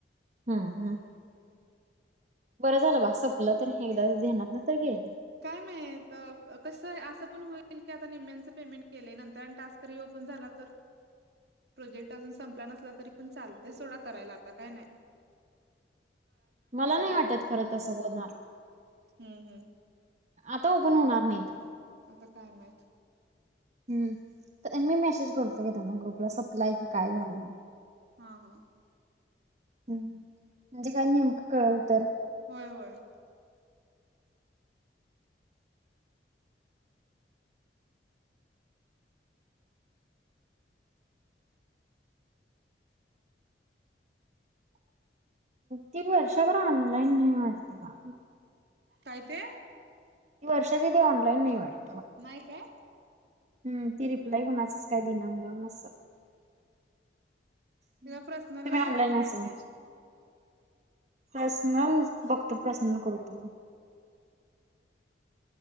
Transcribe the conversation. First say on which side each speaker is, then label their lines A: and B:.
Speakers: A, on the right (about 40°); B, on the right (about 65°).
A: हा हा बरं झालं बा सपल तर एकदाच धेनातन तर गेलं
B: काय माहित अ कसं असं पण होईल की आता निम्म्यांचं पेमेंट केलंय नंतर आणि टास्क रि ओपन झाला तर
A: <inaudible>
B: प्रोजेक्ट अजून संपला नसला तरी पण चालतय सोडा करायला आता काय नाय
A: मला नाय
B: करायचं
A: वाटत खरं तसं होणार
B: हम्म हम्म
A: आता ओपन होणार नाहीत.
B: आता काय माहित.
A: हम्म. मी मेसेज करतो की थांबा ग्रुपला सपलाय की काय झालय म्हणून?
B: हा हा.
A: हम, म्हणजे काय नेमकं कळल तर.
B: होय होय.
A: ती वर्षा पण ऑनलाईन नाही वाटत बा.
B: काय ते?
A: ती वर्षादीदी ऑनलाईन नाही वाटतं.
B: नाही काय?
A: हम, ती रिप्लाय कुणाचच काय दिना म्हनल्याव नसल. तुम्ही
B: तिला पर्सनलला
A: ऑनलाईन
B: करा की मेसेज
A: असल. पर्सनल बघतो प्रश्न करतो मग.